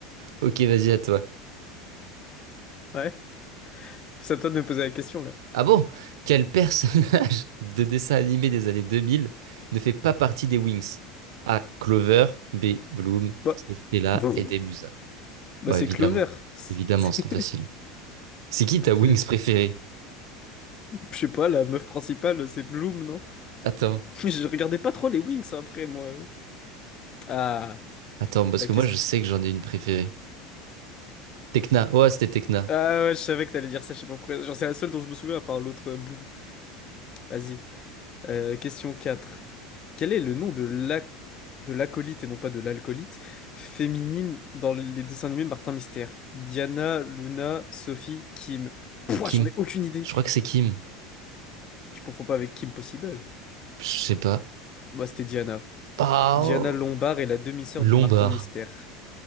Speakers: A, on the right (about 65°); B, on the left (about 35°).
A: ok, vas-y à toi.
B: Ouais, c'est à toi de me poser la question, là.
A: Ah bon? Quel personnage <laughs> de dessin animé des années 2000 ne fait pas partie des Wings? A. Clover, B. Bloom,
B: Bah,
A: C. Stella
B: <laughs>
A: et
B: Bon.
A: D. Musa.
B: bah
A: Bah
B: c'est
A: évidemment,
B: Clover. C'est
A: évidemment,
B: <laughs>
A: c'est trop facile.
B: c'est
A: C'est qui
B: partie
A: ta Wings
B: des.
A: préférée?
B: Je sais pas, la meuf principale, c'est Bloom, non?
A: Attends,
B: <laughs> Je regardais pas trop les Wings après, moi. Ah,
A: attends, parce
B: la
A: que
B: question.
A: moi je sais que j'en ai une préférée. Tekna, ouais c'était Tekna.
B: Ah ouais, je savais que t'allais dire ça, je sais pas pourquoi. Genre, c'est la seule dont je me souviens à part l'autre euh, Bloom. Vas-y. Euh, question 4. Quel est le nom de l'ac- de l'acolyte, et non pas de l'alcoolite, féminine dans les dessins animés Martin Mystère? Diana, Luna, Sophie, Kim.
A: C'est
B: Pouah,
A: Kim.
B: j'en ai aucune idée.
A: Je crois que c'est Kim.
B: Tu confonds pas avec Kim Possible?
A: Je sais pas.
B: Moi, c'était Diana.
A: Ah,
B: Diana
A: oh.
B: Lombard est la demi-sœur
A: Lombard.
B: de Martin Mystère.